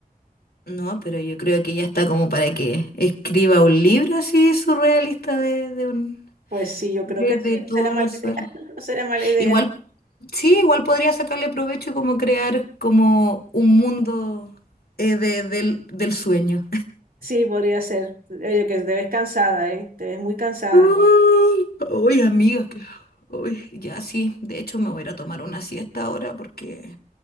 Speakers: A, on the left; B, on the right.
A: No, pero yo creo que ya está como para que escriba un libro así surrealista de, de un,
B: Pues sí, yo
A: de,
B: creo que
A: de
B: sí, no
A: todos
B: sería mala
A: los sueños.
B: idea, <laughs> no sería mala idea.
A: Igual, sí, igual podría sacarle provecho y como crear como un mundo eh, de- del, del sueño.
B: Sí, podría ser. Oye, que te ves cansada, ¿eh? Te ves muy cansada.
A: <laughs> Uy, amigas, que... Uy, ya sí. De hecho, me voy a ir a tomar una siesta ahora porque